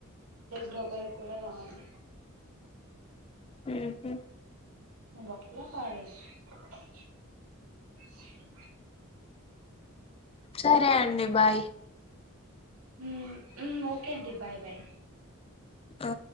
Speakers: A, on the right; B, on the left.
A: లోపల్ కూడా రాదు
B: ఉహ్ హు
A: బక్లా పడస్ ఎడ్వాని చిడు
B: సరే అండి బాయ్
A: ఉహ్ ఉమ్ ఓకే అండి బాయ్ బాయ్
B: ఆ